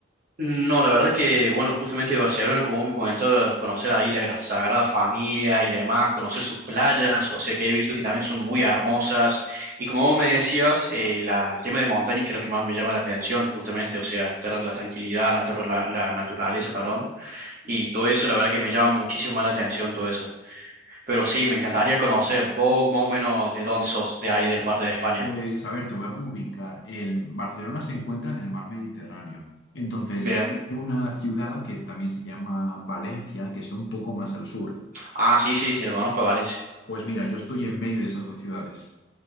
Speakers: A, on the right (about 45°); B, on the left (about 65°).
A: No, la verdad que, bueno, justamente de Barcelona, como vos me comentabas, conocer ahí la gra- Sagrada Familia y demás, conocer sus playas, o sea que he visto que también son muy hermosas. Y como vos me decías, eh, la- el tema de montañas, que es lo que más me llama la atención, justamente, o sea, estar la tranquilidad, la, natura- la la naturaleza, perdón. Y todo eso, la verdad que me llama muchísimo más la atención todo eso. Pero sí, me encantaría conocer. Vos más o menos de dónde sos, de ahí, de la parte de España.
B: Pues, a ver, te voy a ubicar. El Barcelona se encuentra en el mar Mediterráneo. Entonces,
A: Bien.
B: hay una ciudad que es- también se llama Valencia, que está un poco más al sur.
A: Ah, sí, sí, sí, lo conozco a Valencia.
B: Pues mira, yo estoy en medio de esas dos ciudades.